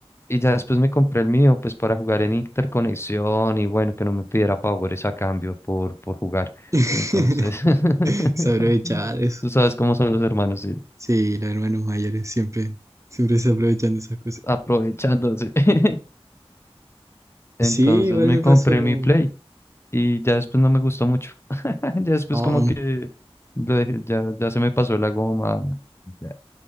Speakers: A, on the left (about 25°); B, on the right (about 30°).
A: y ya después me compré el mío, pues para jugar en interconexión y bueno, que no me pidiera favores a cambio por, por jugar.
B: <laughs>
A: Y entonces,
B: <laughs>
A: <laughs>
B: Se aprovechaba de eso.
A: tú sabes cómo son los hermanos, sí,
B: Sí, los hermanos mayores siempre, siempre se aprovechan de esas cosas.
A: aprovechándose. <laughs>
B: Y
A: Entonces
B: sí, igual
A: me
B: me
A: compré
B: pasó como...
A: mi Play y ya después no me gustó mucho. <laughs> Ya después
B: Oh,
A: como que
B: oh,
A: lo dejé- ya, ya se me pasó la goma. ya,